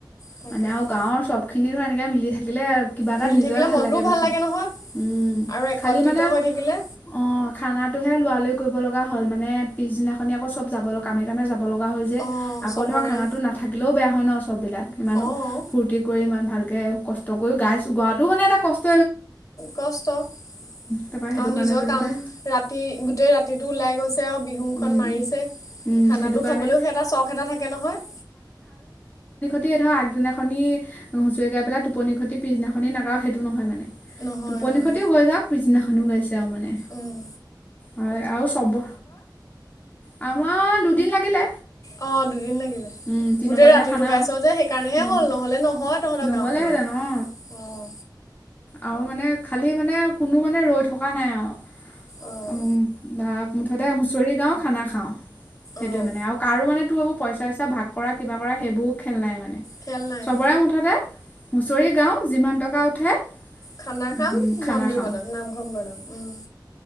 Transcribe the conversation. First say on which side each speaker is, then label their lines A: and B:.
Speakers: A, on the left (about 45°); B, on the left (about 20°).
A: তাকেহে।
B: মানে আৰু গাৱৰ চবখিনি ধৰ এনেকে মিলি থাকিলে কিবা এটা
A: মিলি
B: নিজৰে
A: থাকিলে
B: ভাল
A: মনটোও
B: লাগে দেচোন
A: নহয়
B: উম,
A: আৰু একত্ৰিত
B: খালি মানে
A: হৈ থাকিলে
B: অহ খানাটোহে লৰালৰি কৰিব লগা হ'ল মানে পিছদিনাখনে আকৌ চব যাব কামে - কামে যাব লগা হ'ল যে আকৌ
A: অঁ চবৰে
B: ধৰ খানাটো নাথাকিলেও বেয়া হয় ন চবিলাক ইমানো
A: অঁ
B: ফুৰ্তি কৰি ইমান ভালকে কষ্ট কৰিও গাইছো। গোৱাতো মানে এটা কষ্ট
A: কষ্ট আৰু
B: তাৰপৰা সেইটো
A: নিজৰ
B: কাৰণে যেনিবা
A: কাম ৰাতি গোটেই ৰাতিটো ওলাই গৈ আছে আৰু বিহুখন
B: উম,
A: মাৰিছে
B: উম,
A: খানাটো
B: সেইটো কাৰণে
A: খাবলৈও সেটা চখ এটা থাকে নহয়।
B: তে ধৰ আগদিনাখনি হুচৰি গাই পেলাই টোপনি খতি পিছদিনাখনি নাগাও সেইটো নহয় মানে।
A: নহয়
B: টোপনি
A: উম
B: ক্ষতি হৈ যাওক পিছদিনাখন তেওঁ মানে
A: উম।
B: আৰু চব আমাৰ দুদিন লাগিলে
A: অহ, দুদিন লাগিলে
B: উম তিনি
A: গোটেই
B: নম্বৰ দিনা
A: ৰাতিটো
B: খানা
A: গাইছ
B: আৰু
A: যে সেইকাৰণেহে
B: উম
A: হ'ল নহলে নহয় তহতৰ
B: নহ'লেহেঁতেন
A: গাওখনত
B: অ
A: অহ।
B: আৰু মানে খালী মানে কোনো মানে ৰৈ থকা নাই আৰু
A: অঁ
B: মুঠতে হুচৰি গাও খানা খাও। সেইটোৱে
A: অঁ
B: মানে আৰু কাৰো মানে তোৰ এইবোৰ পইচা চইচা ভাগ কৰা কিবা কৰা সেইবোৰ খেল নাই মানে।
A: খেল নাই
B: চবৰে মুঠতে হুচৰি গাও যিমান টকা উঠে
A: খানা
B: উম,
A: খাম
B: খানা
A: মন্দিৰ
B: খাওঁ
A: বনাম নামঘৰ বনাম উম।